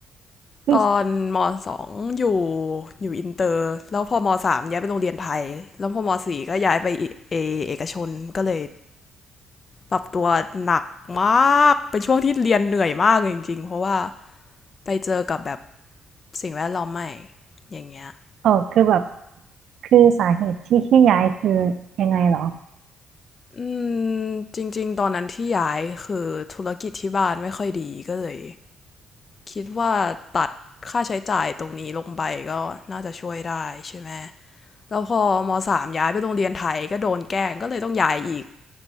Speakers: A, on the right (about 70°); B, on the left (about 40°).
A: ที่
B: ตอนมสองอยู่อยู่อินเตอร์แล้วพอมสามย้ายไปโรงเรียนไทยแล้วพอมสี่ก็ย้ายไปเอเอกชนก็เลยปรับตัวหนักมากเป็นช่วงที่เรียนเหนื่อยมากเลยจริงๆเพราะว่าไปเจอกับแบบสิ่งแวดล้อมใหม่อย่างเงี้ย
A: อ๋อคือแบบคือสาเหตุที่ที่ย้ายคือยังไงเหรอ
B: อืมจริงๆตอนนั้นที่ย้ายคือธุรกิจที่บ้านไม่ค่อยดีก็เลยคิดว่าตัดค่าใช้จ่ายตรงนี้ลงไปก็น่าจะช่วยได้ใช่ไหม แล้วพอมสามย้ายไปโรงเรียนไทยก็โดนแกล้งก็เลยต้องย้ายอีก